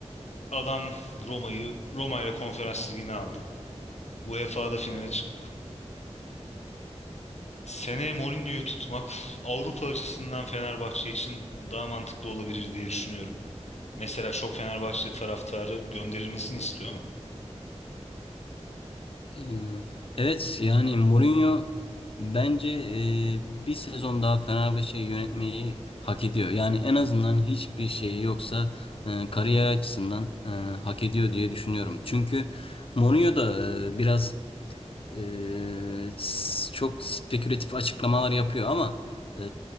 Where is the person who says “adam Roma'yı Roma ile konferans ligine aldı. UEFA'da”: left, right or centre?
Left